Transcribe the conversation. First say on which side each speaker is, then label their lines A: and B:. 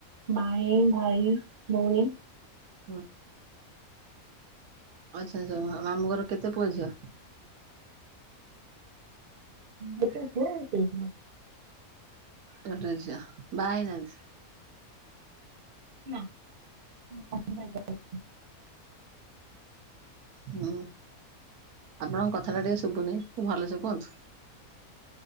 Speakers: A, on the right; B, on the right.
A: ମାଇଁ ଭାଈ ଭୋଉଣୀ।
B: ହଁ। ଆଚ୍ଛା ଆଚ୍ଛା ଆଉ ମାମୁଁ ଘର କେତେ‌ ପୁଅ ଝିଅ?
A: ଗୋଟେ ପୁଅ ଗୋଟେ ଝିଅ।
B: ଗୋଟେ ଝିଅବାହା ହେଇନାହାନ୍ତି।
A: ନା। <unintelligible>
B: ହୁଁ ଆପଣଙ୍କ କଥାଟା ଟିକେ ଶୁଭୁନି ଭଲସେ କୁହନ୍ତୁ।